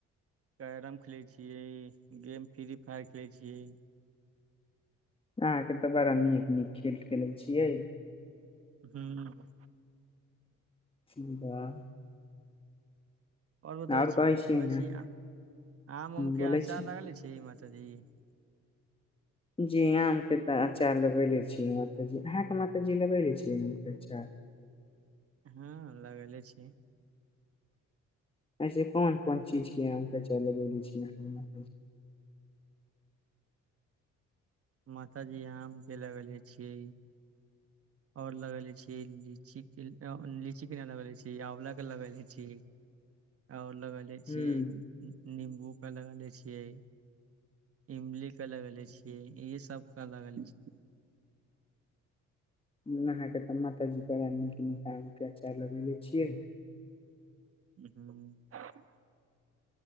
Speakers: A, on the right (about 50°); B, on the left (about 20°).
A: कैरम खेलै छिए गेम फ्री फायर खेलै छिए।
B: अहाँरके तऽ बड़ा नीक-नीक खेल खेलै छियै।
A: हूँ
B: <unintelligible>
A: ओर बताबै
B: और कहे
A: छी न‌ऽ
B: छिये
A: कहै
B: ने
A: छी आ आम उम
B: बोले
A: के अचार
B: छी।
A: लगाले छी <unintelligible>
B: जी आमके तऽ अचार लगेले छि माताजी अहाँके माताजी लगेले छीए आमके अचार?
A: हँ लगेले छी।
B: ऐसे कोन कोन चीजके आम के अचार लगेले छिए <unintelligible> <inaudible>
A: माताजी आम के लगेले छी। ओर लगेले छी लीची के अ लीची के नाऽ लगेले छी आँवला के लगेले छी। ओर लगेले छिए
B: हूँ
A: उऽ उऽ निम्बू का लगेले छिए। इमली के लगेले छि इहे सब का लगेले छिए।
B: उम् अहाँके तऽ माताजी बड़ा नीक नीक आमके आचार लगेले छि।
A: <unintelligible>